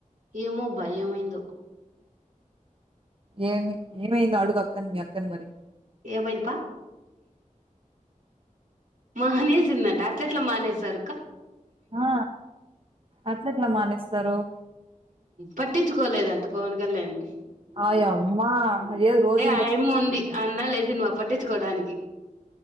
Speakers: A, on the right; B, on the right.
A: ఏమో భయంమైందో
B: ఏమి ఏమైంది అడుగు అక్క మీ అక్కని మరి.
A: ఏమైపా మానేసిందంటే అట్ల ఎట్లా మానేసి
B: ఆ అట్లెట్లా మానేస్తారు
A: పట్టించుకోలేదని అంత పవన్ కళ్యాణ్డి
B: అయ అమ్మా అ రోజు ఇట్
A: ఆయమ్మ ఉంది అన్న లేచి నువ్వు పట్టించుకోవడానికి